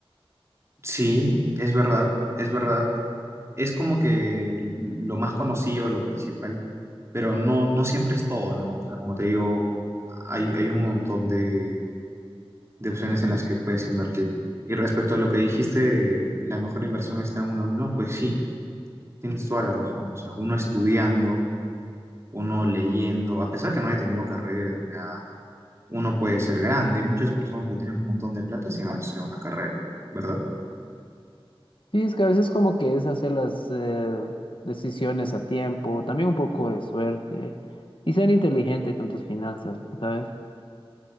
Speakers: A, on the right; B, on the left.
A: Sí, es verdad, es verdad. Es como que lo más conocido, lo principal, pero no, no siempre es todo, ¿no? O sea, como te digo, hay, hay un montón de, de opciones en las que puedes invertir. Y respecto a lo que dijiste, la mejor inversión está en uno mismo, pues sí, tienes toda la razón. O sea, uno estudiando uno leyendo, a pesar que no haya tenido carrera ni nada, uno puede ser grande. Hay muchas personas que tienen un montón de plata sin haber sido una carrera, ¿verdad?
B: Sí, es que a veces como que es hacer las eh, decisiones a tiempo, también un poco de suerte y ser inteligente con tus finanzas, ¿sabes?